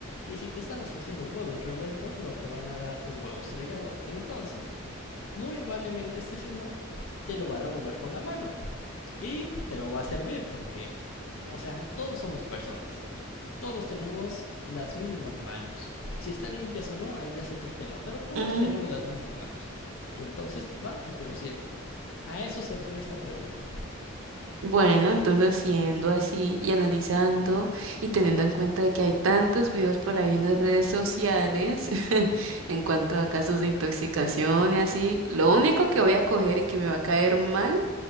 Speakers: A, on the left; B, on the right.
A: Y si te están ofreciendo huevos revueltos, no te van a dar un huevo estrellado. Entonces, muy amablemente este señor te lo va a revolver con la mano y te lo va a servir porque, o sea, todos somos personas, todos tenemos las mismas manos. Si están limpias o no, ahí ya es otro tema, pero todos
B: Mm,
A: tenemos las mismas manos. Y entonces va y te lo sirve. A eso se refiere esta pregunta.
B: Bueno, entonces siendo así y analizando y teniendo en cuenta de que hay tantos videos por ahí en las redes sociales <laughs> en cuanto a casos de intoxicación y así, lo único que voy a coger y que me va a caer mal